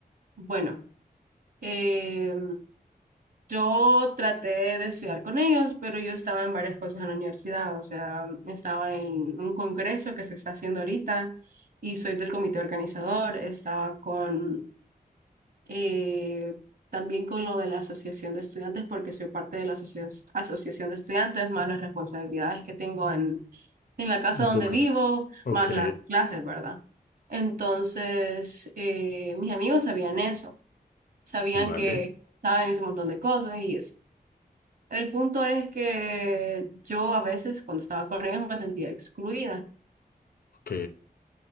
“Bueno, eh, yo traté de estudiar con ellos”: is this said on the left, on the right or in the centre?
Right